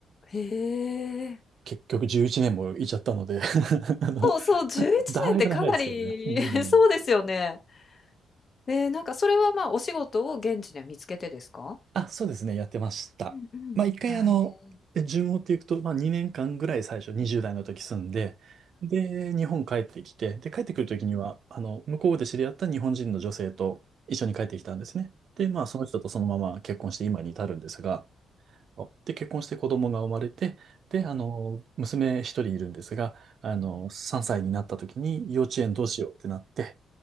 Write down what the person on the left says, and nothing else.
へえ。
そうそう、11年ってかなり
<laughs> そうですよね。ええ、なんかそれはまあお仕事を現地で見つけてですか？
うんうん。
あ、えー